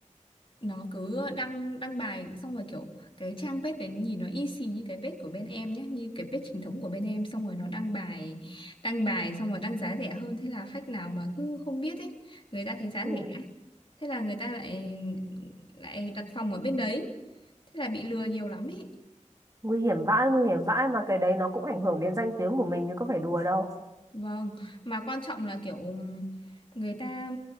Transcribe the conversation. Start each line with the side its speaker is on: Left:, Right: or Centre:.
Left: nó cứ đăng đăng bài xong rồi kiểu cái trang page đấy nhìn nó y xì như cái page của bên em nhé như cái page chính thống của bên em xong rồi nó đăng bài đăng bài xong rồi đăng giá rẻ hơn thế là khách nào mà cứ không biết ấy người ta thấy giá
Right: ừ.
Left: rẻ thế là người ta lại lại đặt phòng ở bên đấy thế là bị lừa nhiều lắm ý
Right: Nguy hiểm vãi, nguy hiểm vãi mà cái đấy nó cũng ảnh hưởng đến danh tiếng của mình chứ có phải đùa đâu.
Left: Vâng, mà quan trọng là kiểu người ta